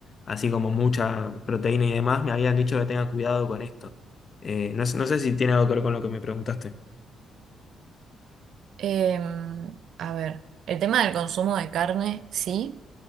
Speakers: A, on the left; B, on the right.
A: así como mucha proteína y demás. Me habían dicho que tenga cuidado con esto. Eh, no, sé- no sé si tiene algo que ver con lo que me preguntaste.
B: Em, a ver, el tema del consumo de carne, sí.